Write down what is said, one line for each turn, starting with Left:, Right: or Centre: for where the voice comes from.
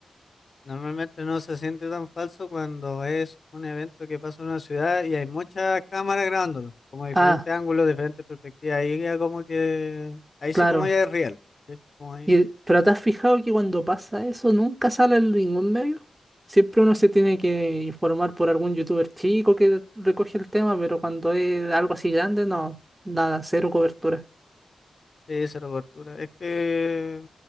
Left: Normalmente no se siente tan falso cuando es un evento que pasa en una ciudad y hay muchas cámaras grabándolo, como diferentes
Right: Ah,
Left: ángulos, diferentes perspectivas. Ahí ya como que, ahí
Right: claro.
Left: sí como ya es real. ¿cachai? Como ahí
Right: Y, pero ¿te has fijado que cuando pasa eso nunca sale en ningún medio? Siempre uno se tiene que informar por algún youtuber chico que recoge el tema, pero cuando es algo así grande, no, nada, cero cobertura.
Left: Sí, cero cobertura. Es que,